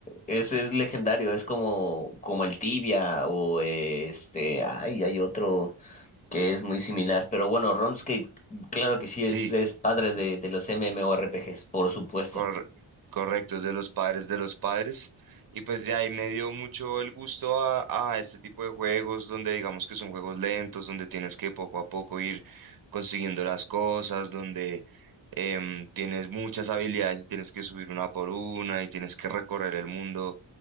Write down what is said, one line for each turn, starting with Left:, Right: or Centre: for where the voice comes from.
Left: Ese es legendario, es como, como el Tibia o eh, este, ay, hay otro. que es muy similar. Pero bueno, RuneScape, claro que sí,
Right: sí.
Left: es, es padre de, de los MMORPGs, por supuesto.
Right: Cor- correctos de los padres de los padres. Y pues de ahí me dio mucho el gusto a, a este tipo de juegos donde digamos que son juegos lentos, donde tienes que poco a poco ir consiguiendo las cosas, donde em, tienes muchas habilidades y tienes que subir una por una y tienes que recorrer el mundo